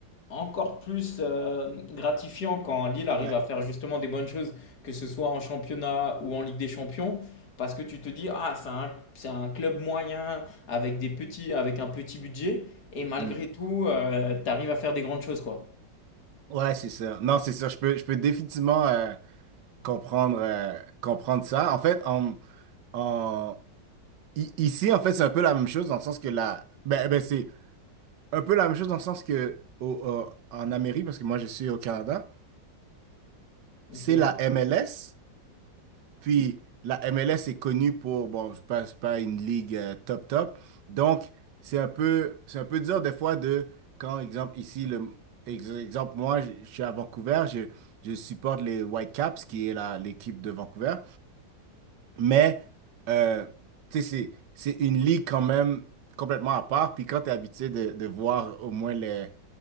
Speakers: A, on the left (about 60°); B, on the right (about 70°).
A: encore plus euh, gratifiant quand Lille arrive
B: Ouais.
A: à faire justement des bonnes choses, que ce soit en championnat ou en Ligue des Champions, parce que tu te dis, ah, c'est un, c'est un club moyen avec des petits, avec un petit budget, et malgré
B: Hmm.
A: tout, tu arrives à faire des grandes choses, quoi.
B: Ouais, c'est ça. Non, c'est ça. Je peux, je peux définitivement euh, comprendre, euh, comprendre ça. En fait, en, en, I- Ici, en fait, c'est un peu la même chose dans le sens que la. Ben, ben, c'est un peu la même chose dans le sens que au- au- en Amérique, parce que moi je suis au Canada,
A: Ok.
B: c'est la MLS. Puis la MLS est connue pour, bon, je passe pas une ligue euh, top top. Donc, c'est un peu, c'est un peu dur des fois de, quand, exemple, ici, le, ex- exemple, moi, je je suis à Vancouver, je, je supporte les Whitecaps, qui est la, l'équipe de Vancouver. Mais, euh, tu sais, c'est c'est une ligue quand même complètement à part. Puis quand tu es habitué de, de voir au moins le,